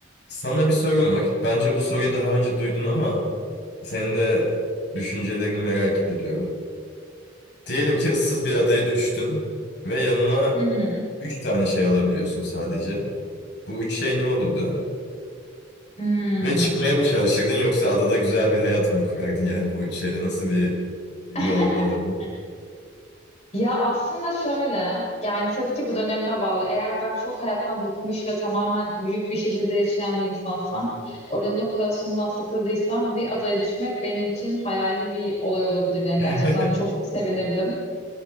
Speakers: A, on the left; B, on the left.
A: Sana bir sorum var. Bence bu soruyu daha önce duydun ama senin de düşüncelerini merak ediyorum. Diyelim ki ıssız bir adaya düştün ve yanına
B: Hı hı.
A: 3 tane şey alabiliyorsun sadece. Bu 3 şey ne olurdu?
B: Hmm.
A: Ve çıkmaya mı çalışırdın yoksa adada güzel bir hayat mı kurardın <laughs> yani bu üç şeyle? Nasıl bir yol
B: <laughs>
A: alırdın?
B: Ya aslında şöyle, yani tabii ki bu dönemime bağlı. Eğer ben çok hayattan bıkmış ve tamamen büyük bir şehirde yaşayan bir insansam, oranın o kaosundan sıkıldıysam bir adaya düşmek benim için hayali bir olay olabilir. Yani
A: <laughs>
B: gerçekten çok sevinirdim.